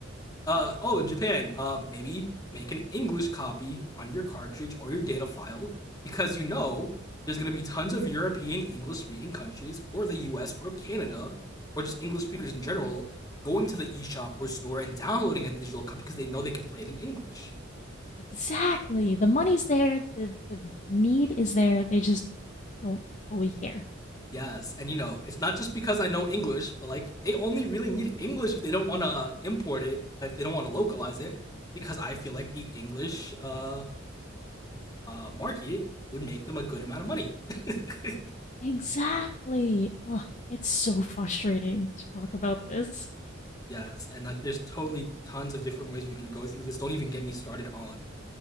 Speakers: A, on the left; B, on the left.
A: uh, oh Japan, uh, maybe make an English copy on your cartridge or your data file because you know there's gonna be tons of European English speaking countries or the U.S. or Canada or just English speakers in general going to the eShop or store and downloading a digital copy because they know they can play it in English.
B: Exactly. The money's there, the the need is there. They just don't fully care.
A: Yes, and you know, it's not just because I know English, but like they only really need English if they don't want to import it, if they don't want to localize it, because I feel like the English uh, uh market would make them a good amount of money. <laughs>
B: Exactly. Ugh, it's so frustrating to talk about this.
A: yes, and like there's totally tons of different ways we could go through this. Don't even get me started on